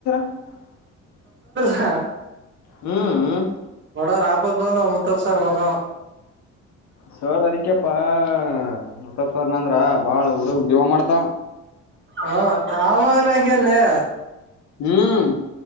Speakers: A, on the left; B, on the right.
A: <unintelligible>
B: ಹ
A: ಹ್ಮ್
B: ಬಡವರ ಆಪತ್ ಬಂದವ <unintelligible> ತ್ತಸರ್ ಮಗಾ ಅವ.
A: ಸರ್ ಅದಿಕ್ಯಪ್ಪಾ ಮತ್ತಪ್ ಸರ್ ನಂದ್ರ ಬಾಳ ಹುಡುಗುರ ಜೀವ ಮಾಡ್ತವ.
B: ಹ ಆ ಮಗನು ಹಂಗೆ ಲೆ.
A: ಹ್ಮ್.